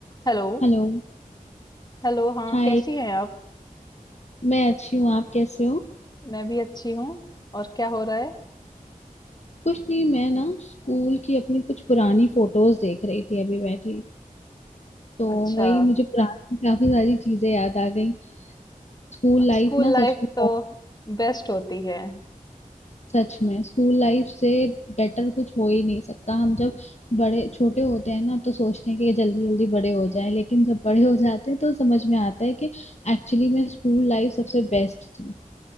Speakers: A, on the left; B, on the left.
A: Hello
B: Hello
A: Hello हाँ
B: Hi
A: कैसी हैं आप
B: मैं अच्छी हूँ आप कैसे हो
A: मैं भी अच्छी हूँ और क्या हो रहा है
B: कुछ नहीं मैं ना स्कूल की अपनी कुछ पुरानी फोटोज देख रही थी अभी बैठी तो
A: अच्छा
B: वही मुझे पुरानी काफी सारी चीजें याद आ गई स्कूल लाइफ
A: स्कूल
B: ना
A: लाइफ
B: सच में
A: तो
B: बहुत-
A: बेस्ट होती है
B: सच में स्कूल लाइफ से बेटर कुछ हो ही नहीं सकता हम जब बड़े छोटे होते हैं ना तो सोचते हैं कि जल्दी जल्दी बड़े हो जाएं लेकिन जब बड़े हो जाते हैं तो समझ में आता है कि एक्चुअली में स्कूल लाइफ सबसे बेस्ट थी